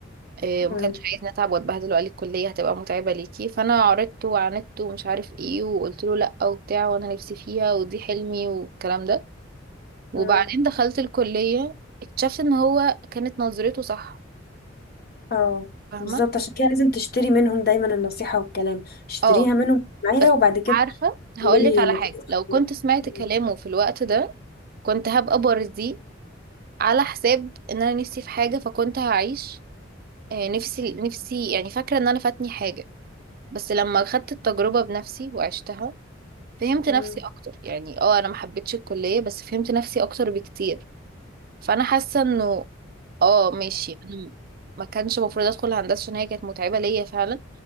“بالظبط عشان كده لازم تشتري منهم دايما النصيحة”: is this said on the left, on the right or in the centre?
Left